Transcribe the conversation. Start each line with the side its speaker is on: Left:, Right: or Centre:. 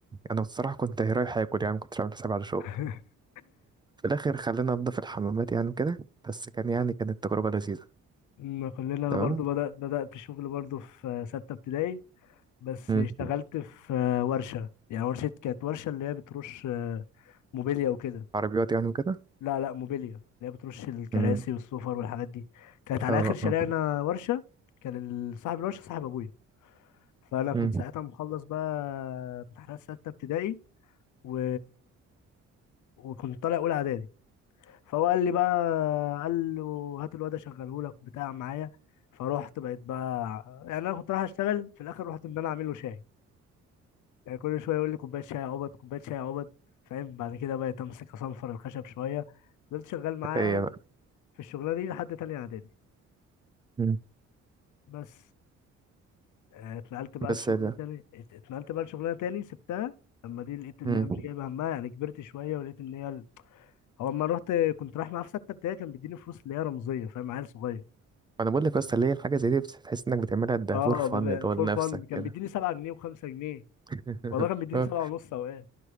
Right: انا الصراحه كنت رايح اكل يعني ما كنتش عامل حسابي على شغل
Left: <laughs>
Right: في الاخر خلينا ننضف الحمامات يعني كده بس كان يعني كانت تجربه لذيذه
Left: ما كلنا انا
Right: تمام
Left: برضو بدأت بدأت الشغل برضو في آه، ستة ابتدائي بس
Right: مم.
Left: اشتغلت في آه، ورشة يعني ورشة كانت ورشة اللي هي بترش آه، موبيليا وكده
Right: عربيات يعني وكده
Left: لا لا موبيليا اللي هي بترش الكراسي
Right: امم
Left: والسفر والحاجات دي كانت على
Right: اه
Left: اخر شارعنا
Right: اه
Left: ورشه كان ال- صاحب الورشه صاحب ابويا فانا كنت
Right: امم
Left: ساعتها مخلص بقى امتحانات سته ابتدائي و... وكنت طالع اولى اعدادي فهو قال لي بقى قال له هات الواد اشغله لك بتاع معايا فروحت بقيت بقى يعني انا كنت رايح اشتغل في الاخر رحت ان انا اعمل له شاي يعني كل شويه يقول لي كوبايه شاي يا عبد كوبايه شاي يا عبد فاهم بعد كده بقيت امسك اصنفر الخشب شويه فضلت شغال معاه
Right: ايه بقى
Left: في الشغلانه دي لحد تانية اعدادي
Right: امم
Left: بس آه، اتنقلت بقى
Right: بس
Left: لشغل
Right: إيه ده
Left: تاني ات- اتنقلت بقى لشغلانه تاني سبتها اما دي لقيت ان
Right: امم
Left: هي مش جايبه همها يعني كبرت شويه ولقيت ان هي ال- هو اما رحت كنت رايح معاه في سته ابتدائي كان بيديني فلوس اللي هي رمزيه فاهم عيل صغير
Right: انا بقول لك اصل ليه الحاجه زي دي بتحس انك بتعملها ده
Left: اه
Right: فور فن
Left: بيبقى
Right: اللي هو لنفسك
Left: فور فن كان
Right: كده
Left: بيديني 7 جنيه و5 جنيه
Right: <laughs>
Left: والله كان بيديني
Right: اه
Left: 7 ونص اوقات